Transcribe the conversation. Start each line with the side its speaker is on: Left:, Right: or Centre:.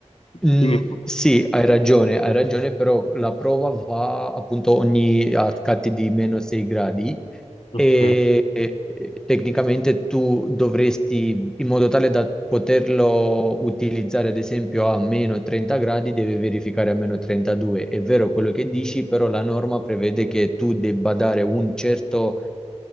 Centre: Mm,
Left: Dimmi un po'.
Centre: sì, hai ragione, hai ragione, però la prova va appunto ogni a scatti di meno 6 gradi
Left: Ok,
Centre: e, e- e tecnicamente tu dovresti, in modo tale da poterlo utilizzare ad esempio a meno 30 gradi, deve verificare a meno 32. È vero quello che dici, però la norma prevede che tu debba dare un certo